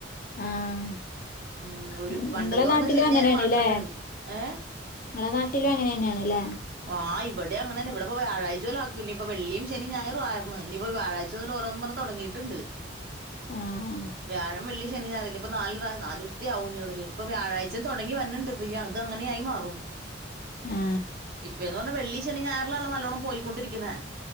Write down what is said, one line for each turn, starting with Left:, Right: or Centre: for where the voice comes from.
Left: ആഹ്
Right: ഉം ഒരു
Left: നി
Right: പണ്ടെന്ന്
Left: നിങ്ങളെ
Right: പറഞ്ഞാ
Left: നാട്ടിലു
Right: ശനി
Left: അങ്ങനെണ്ല്ലേ.
Right: ഞായർ മാത്രേ ഉണ്ടായുള്ളൂ ഏഹ്
Left: ങ്ങള നാട്ടിലും അങ്ങനെന്നെയാണ് ല്ലേ.
Right: ആഹ് ഇവിടെ അങ്ങനന്ന ഇവിടൊപ്പോ വ്യാഴ്ച പോല ആക്കും ഇപ്പൊ വെള്ളിയും ശെനിയും ഞായറും ആയിർന്ന് ഇനിപ്പോ വ്യാഴാഴ് ച്ച്ത് ല് ഓരോന്നു പറഞ്ഞ് തൊടങ്ങിട്ടുണ്ട്
Left: ആഹ്
Right: വ്യാഴം. വെള്ളി, ശനി ഞായാറ് ഇനിപ്പ നാല്, നാല് ദിവസത്തെ ആവും ഞ്ഞിമുതല് ഇപ്പൊ വ്യാഴാഴ്ച്ചേ തൊടങ്ങി വരണിണ്ട്പ്പ അത് അങ്ങനെയായി മാറും.
Left: ആ
Right: ഇപ്പ എന്ന് പറഞ്ഞാ വെള്ളി, ശനി, ഞായറിലാണല്ലോ നല്ലോണ്ണം പോയിക്കൊണ്ടിരിക്കുന്നേ.